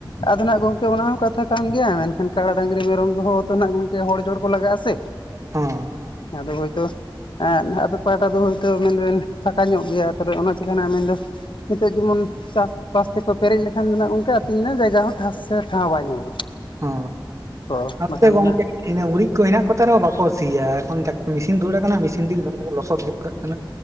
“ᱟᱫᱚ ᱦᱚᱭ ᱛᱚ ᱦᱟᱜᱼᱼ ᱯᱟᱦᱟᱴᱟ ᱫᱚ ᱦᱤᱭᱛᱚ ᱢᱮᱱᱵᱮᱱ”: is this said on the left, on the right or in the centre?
Left